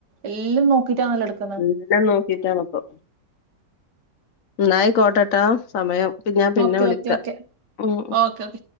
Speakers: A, on the right; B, on the left.
A: എല്ലാം നോക്കിട്ടാണല്ലോ എട്ക്ക്
B: എല്ലം നോക്കിട്ടാണ്പ്പൊ ന്നാ അയികോട്ടട്ടോ സമയം ഞാൻ പിന്നെ
A: ഓക്കെ
B: വിളിക്ക
A: ഓക്കെ ഓക്കെ
B: ഉം
A: ഓക്കെ ഓക്കെ